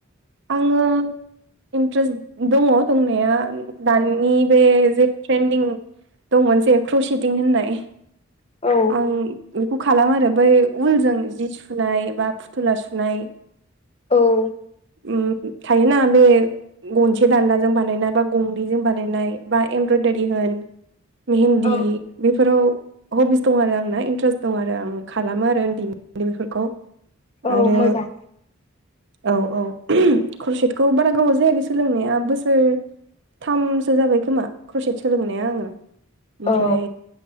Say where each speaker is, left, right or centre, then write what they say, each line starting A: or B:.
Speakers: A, on the right; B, on the left.
A: आङो इन्ट्रेस्ट दङ दंनाया दानि बे जे ट्रेन्दिं दंमोन जे क्रसिदिं होननाय
B: औ
A: आं बेखौ खालामो आरो बै उलजों जि सुनाय बा फुथुला सुनाय
B: औ
A: उम थायोना बे गंसे दानलाजों बानायनाय बा गंनैजों बानायनाय बा एमब्रयदारि होन मेहेन्दी
B: औ
A: बेफोराव हबिस दं आरो आंना इन्टारेस्ट दं आरो आं खालामो आरो उन्दैनिफ्रायनो बेफोरखौ।
B: औ
A: आरो
B: मोजां
A: औ औ खरसेतखौ बारा गोबाव जायाखै सोलोंनाया बोसोर थामसो जाबाय खोमा क्रसेत सोलोंनाया आङो, ओमफ्राय
B: औ